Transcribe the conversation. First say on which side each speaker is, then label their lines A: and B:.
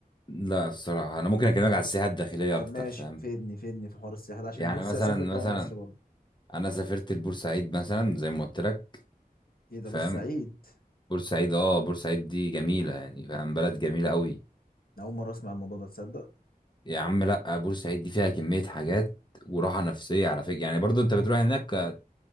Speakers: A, on the left; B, on the left.
A: لا الصراحه انا ممكن اكلمك على السياحه الداخليه
B: طب
A: اكتر
B: ماشي
A: فاهم
B: فيدني فيدني في حوار السياحه ده عشان
A: يعني
B: نفسي
A: مثلا
B: اسافر جوه
A: مثلا
B: مصر برضه
A: انا سافرت لبورسعيد مثلا زي ما قلت لك
B: ايه ده
A: فاهم
B: بورسعيد
A: بورسعيد اه بورسعيد دي جميله يعني فاهم بلد جميله قوي
B: انا اول مره اسمع الموضوع ده تصدق
A: يا عم لا بورسعيد دي فيها كميه حاجات وراحه نفسيه على فكره يعني برضو انت بتروح هناك